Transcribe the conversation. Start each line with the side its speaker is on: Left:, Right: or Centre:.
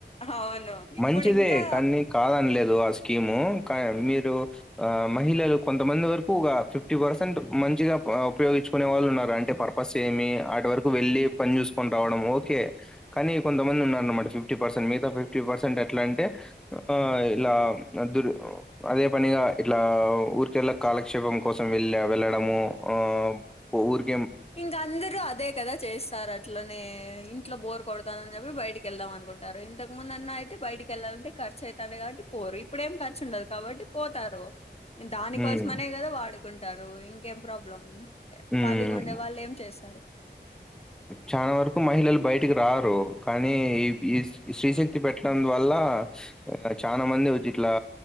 Left: అవును ఇప్పుడు
Centre: మంచిదే
Left: ఇంకా
Centre: కానీ కాదని లేదు అసలు స్కీము క మీరు ఆ మహిళలు కొంతమంది వరకు ఒక ఫిఫ్టీ పర్సెంట్ మంచిగ ఉపయోగించుకునే వాళ్ళు ఉన్నారు అంటే పర్పస్ ఏమి ఆటి వరకు వెళ్ళి పని చూసుకొని రావడం ఓకే కానీ కొంతమంది ఉన్నారన్నమాట ఫిఫ్టీ పర్సెంట్ మిగత ఫిఫ్టీ పర్సెంట్ ఎట్ల అంటే ఆ ఇలా దు అదే పనిగా ఇట్లా ఊరికెళ్ళ కాలక్షేపం కోసం వెళ్ళ వెళ్ళడము ఆ పూర్క్
Left: ఇంక అందరు అదే కద చేస్తారు అట్లనే ఇంట్లో బోర్ కొడతానని చెప్పి బయటికి కెళ్దాం అకుంటారు ఇంతకు ముందు అన్నయి ఐతే బయటి వెళ్ళాలంటే కర్చు అవుతుంది కాబట్టి పోరు ఇప్పుడేం ఖర్చుండదు కాబట్టి పోతారు దానికోసం
Centre: హ్మ్.
Left: అనే కద వాడుకుంటారు ఇంకేం ప్రాబ్లం
Centre: ఊమ్
Left: ఖాళీగా ఉండే వాళ్ళు ఏం చేస్తారు
Centre: చాన వరకు మహిళలు బయటకి రారు కానీ ఈ స్త్రీ శక్తి పెట్టడం వల్ల చాన మంది ఇట్లా